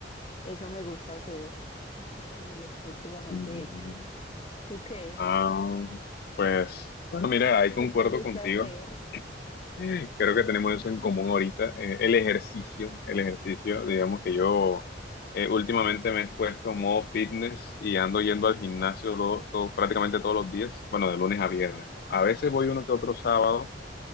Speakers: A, on the left; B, on the left.
A: eso me gusta hacer. Eso es como lo que últimamente
B: Mm,
A: he hecho. ¿Tú qué?
B: ah, pues, bueno, mira, ahí
A: ¿Qué
B: concuerdo
A: te gusta
B: contigo.
A: hacer?
B: Creo que tenemos eso en común ahorita. Eh, el ejercicio, el ejercicio, digamos que yo eh, últimamente me he puesto modo fitness y ando yendo al gimnasio do- todo- prácticamente todos los días, bueno, de lunes a viernes, ¿no? A veces voy uno que otro sábado